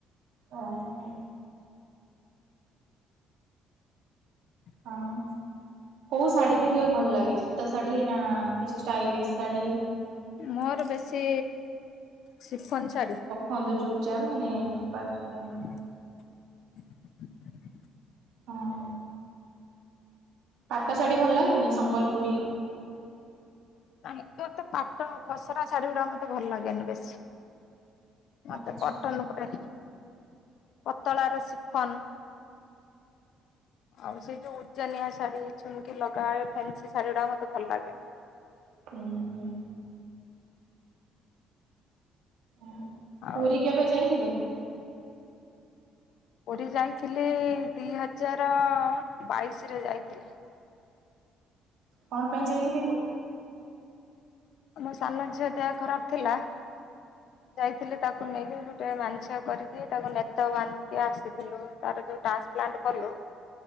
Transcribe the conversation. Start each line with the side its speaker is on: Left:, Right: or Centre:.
Right: ଓ ହ।
Left: <inaudible>
Right: ଆଉ କୋଉ ଶାଢୀ ପିନ୍ଧିବାକୁ ଭଲ ଲାଗେ ସୂତା ଶାଢୀ ନା କିଛି ଷ୍ଟାଇଲିଶ ଶାଢ଼ୀ।
Left: ମୋର ବେଶୀ ଶିଫନ ଶାଢ଼ୀ।
Right: ହନ୍ତୁ ଚୁପଚାପ ମାନେ ଆବଜ୍ ହବର ନାହିଁ।
Left: <inaudible>
Right: ହଁ। ପାଟ ଶାଢୀ ଭଲ ଲାଗେନି ସମ୍ବଲପୁରୀ
Left: ନାଇଁ ତ ଏତେ ପାଟ ଖସରା ଶାଢୀ ଗୁଡା ମତେ ଭଲ ଲାଗେନି ବେଶୀ। ମତେ
Right: ଆଚ୍ଛା
Left: କଟନ ପରେ ପତଳା ର ସିଫନ। ଆଉ ସେ ଯୋଉ ଉଜନିଆ ଶାଢୀ ଅଛନ୍ତି ଚୁମକି ଲଗାଏ ଫେନ୍ସି ଶାଢୀ ଗୁଡ଼ା ମତେ ଭଲ ଲାଗେନି।
Right: ହୁଁ ହୁଁ। ଉଁ
Left: ଆଉ
Right: ପୁରୀ କେବେ ଯାଇଥିଲେ?
Left: ପୁରୀ ଯାଇଥିଲେ ଦି ହଜାର ବାଇଶିରେ ଯାଇଥିଲି।
Right: କଣ ପାଇଁ ଯାଇଥିଲେ କି?
Left: ମୋ ମୋ ସାନ ଝିଅ ଦେହ ଖରାପ ଥିଲା। ଯାଇଥିଲି ତାକୁ ନେଇକି ଗୋଟେ ମାନସିକ କରିକି ତାକୁ ନେତ ବାନ୍ଧିକି ଆସିଥିଲୁ। ତାର ଯୋଉ ଟ୍ରାନ୍ସପ୍ଲାଣ୍ଟ କଲୁ